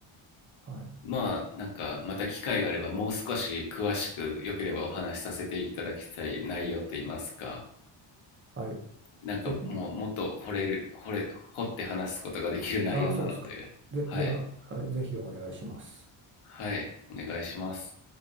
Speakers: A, on the right; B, on the left.
A: はい。
B: まあ、なんか、また機会があれば、もう少し詳しく、よければお話しさせていただきたい内容といいますか、
A: はい。
B: なんかもう、
A: ぜ、
B: もっと掘れる、掘れ、掘って話すことができる内容なので、
A: ああ、そうですか。ぜ、
B: はい、
A: では、はい、ぜひお願いします。
B: はい、お願いします。